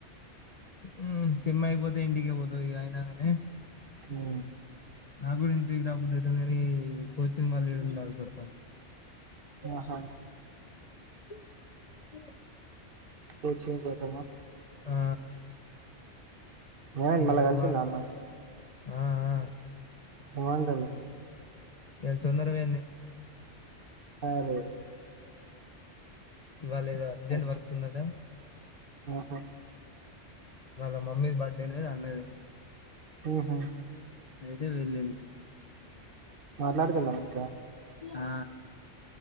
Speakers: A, on the left; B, on the right.
A: ఉమ్ సినిమా అయిపోతే ఇంటికె పోతా ఇగ అయినంటె
B: ఉ
A: నా కూడా ఇంటికి రాబూద్దీ అయితుంది కానీ, ఈ కోచింగ్ వళ్ళ ఇడ ఉండాల్సి వస్తుంది.
B: ఆహా
A: చ్చివ్ ఏ
B: కోచింగ్ పోదమా?
A: ఆ
B: ఏమైంది
A: ఈ
B: మళ్ళా
A: అమ్మ
B: కలిసిందా అమ్మాయి?
A: ఆ ఆ
B: బాగుంటది
A: ఇయళ తొందర పోయింది
B: అరే
A: ఇవాళ ఏదో అర్జెంట్
B: అచ్చ
A: వర్క్ ఉందట
B: ఆహా
A: వాళ్ళ మమ్మీదీ బర్త్డేనే అన్నది
B: ఉహు
A: అయితే వెళ్ళింది
B: మాట్లాడుతుంద మంచీగ
A: ఆ ఆ